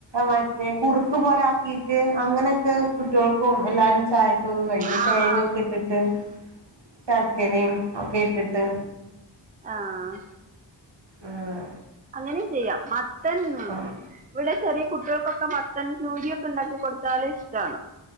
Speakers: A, on the right; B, on the right.
A: മറ്റേ കുറുക്ക് പോലാക്കി ഉം അങ്ങനെക്കെ കുട്ടിയൾക്കും എല്ലാരും ചയക്കും കഴിക്കും
B: ആ
A: തേങ്ങൊക്കെ
B: ആ
A: ഇട്ടിട്ട് ശർക്കരയുക്കെ ഇട്ടിട്ട്
B: ആഹ്
A: ആഹ്
B: അങ്ങനിം ചെയ്യാം മത്തൻ
A: ആഹ്
B: ഇവിടെ ചെറിയ കുട്ടിൾക്കൊക്കെ മത്തൻ ചൂടിയൊക്കെണ്ടാക്കി കൊടുത്താല് ഇഷ്ടാണ്